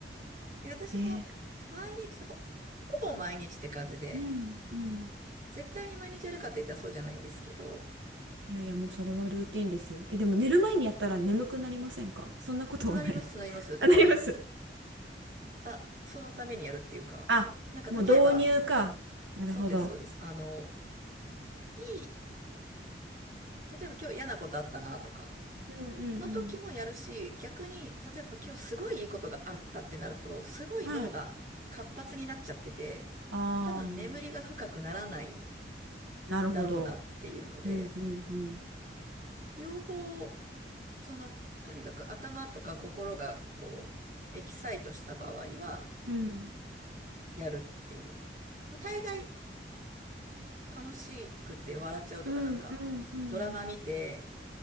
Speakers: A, on the right (about 45°); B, on the right (about 85°).
A: いや私も毎日、
B: う。えー
A: ほ、ほぼ毎日って感じで、
B: うん。うん
A: 絶対に毎日やるかって言ったらそうじゃないんですけど、
B: いやいや、もうそれはルーティンですよ。え、でも寝る前にやったら眠くなりませんか
A: なんか、
B: <laughs> そんなことはない
A: なります、なります。
B: <laughs>
A: だから、
B: あ、なります。<laughs>
A: あ、そのためにやるっていうか、
B: あ、
A: なんか例えば、
B: もう導入か。なるほど。
A: そうです、そうです。あの、いい、例えば今日嫌なことあったなとか、
B: うんうんうん。
A: の時もやるし、逆に、例えば今日すごいいいことがあったってなると、すごい脳が活発になっちゃってて、
B: はい。ああ、
A: 多分眠りが深くならないん
B: なるほど。
A: だろうなっていうので、
B: うんうんうん。
A: 両方、その、とにかく頭とか心がこう、エキサイトした場合は、
B: うん
A: やるっていう。まあ、大概楽しくて笑っちゃうとか、
B: うんうんうん。
A: なんか、ドラマ見て、